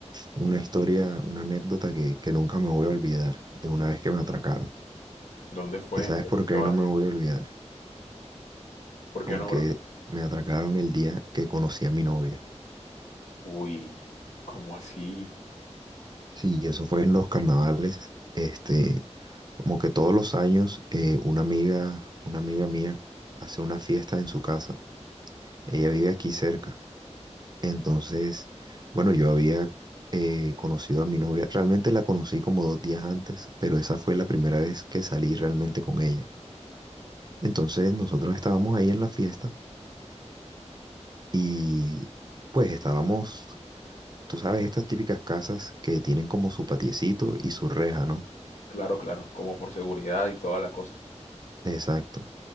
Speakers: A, on the right; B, on the left.
A: una historia, una anécdota que, que nunca me voy a olvidar de una vez que me atracaron.
B: ¿dónde fue?
A: ¿Y sabes
B: ¿En qué,
A: por
B: en qué
A: qué
B: barrio?
A: no me voy a olvidar?
B: ¿Por
A: Porque
B: qué no, bro?
A: me atracaron el día que conocí a mi novia.
B: Uy, ¿cómo así?
A: Sí, eso fue en los carnavales. Este, como que todos los años eh, una amiga, una amiga mía hace una fiesta en su casa. Ella vive aquí cerca. Entonces, bueno, yo había eh, conocido a mi novia, realmente la conocí como dos días antes, pero esa fue la primera vez que salí realmente con ella. Entonces, nosotros estábamos ahí en la fiesta y pues estábamos, tú sabes, estas típicas casas que tienen como su patiecito y su reja, ¿no?
B: Claro, claro, como por seguridad y toda la cosa.
A: Exacto.